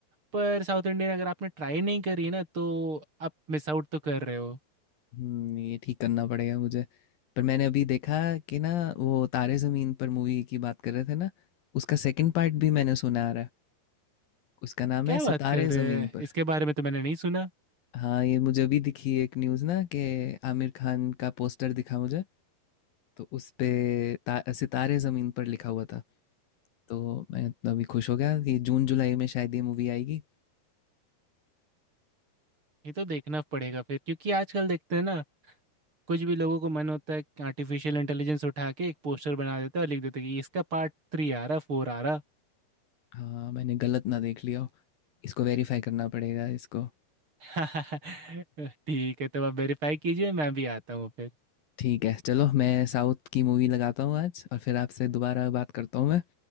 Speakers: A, on the right (about 30°); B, on the left (about 65°).
A: पर साउथ इंडियन अगर आपने ट्राई नहीं करी ना तो आप मिस आउट तो कर रहे हो
B: हुँ, ये ठीक करना पड़ेगा मुझे पर मैंने अभी देखा कि ना वो तारे ज़मीन पर मूवी की बात कर रहे थे ना उसका सेकंड पार्ट भी मैंने सुना आ रहा है उसका नाम
A: क्या
B: है
A: बात
B: सितारे
A: कर रहे
B: ज़मीन
A: हैं
B: पर
A: इसके बारे में तो मैंने नहीं सुना
B: हाँ ये मुझे अभी दिखी एक न्यूज़ ना कि आमिर खान का पोस्टर दिखा मुझे तो उस पे ता, सितारे ज़मीन पर लिखा हुआ था तो मैं इतना अभी खुश हो गया कि जून जुलाई में शायद ये मूवी आएगी
A: ये तो देखना पड़ेगा फिर क्योंकि आजकल देखते हैं ना कुछ भी लोगों को मन होता है कि आर्टिफिशियल इंटेलिजेंस उठा के एक पोस्टर बना देता है और लिख देता है कि इसका पार्ट थ्री आ रहा फोर आ रहा
B: हाँ मैंने गलत ना देख लिया हो इसको वेरीफाई करना पड़ेगा इसको
A: <laughs> ठीक है तो आप वेरीफाई कीजिए मैं भी आता हूँ फिर
B: ठीक है चलो मैं साउथ की मूवी लगाता हूँ आज और फिर आपसे दोबारा बात करता हूँ मैं